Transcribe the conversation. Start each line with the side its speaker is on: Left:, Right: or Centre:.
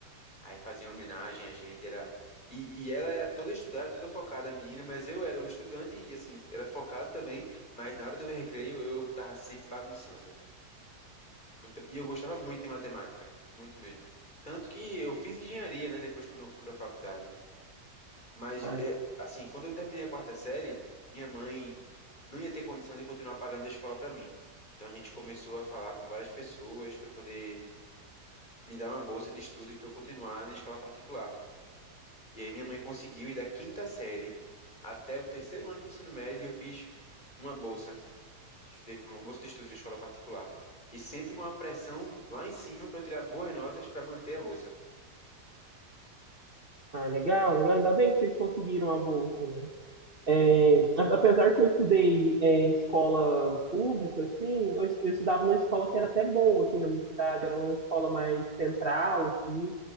Left: Aí faziam homenagem a gente, era e, e ela era toda estudada, toda focada, a menina, mas eu era o estudante e assim, era focado também, mas na hora do recreio eu tava sempre bagunçando. Muito- E eu gostava muito de matemática, muito mesmo. Tanto que eu fiz engenharia, né, depois quando eu fui para faculdade. Mas,
Right: Ah,
Left: é, assim, quando eu terminei a quarta série, minha mãe não ia ter condição de continuar pagando a escola para mim. Então a gente começou a falar com várias pessoas para poder me dar uma bolsa de estudos para eu continuar na escola particular. E aí minha mãe conseguiu, e da quinta série até o terceiro ano de ensino médio, eu fiz uma bolsa. Estudei com uma bolsa de estudos na escola particular. E sempre com a pressão lá em cima para eu tirar boas notas para manter a bolsa.
Right: ah, legal, legal. Ainda bem que vocês conseguiram a bolsa, né? É, a- apesar que eu estudei é, em escola pública, assim, eu, es- eu estudava numa escola que era até boa aqui na minha cidade, era uma escola mais central, assim,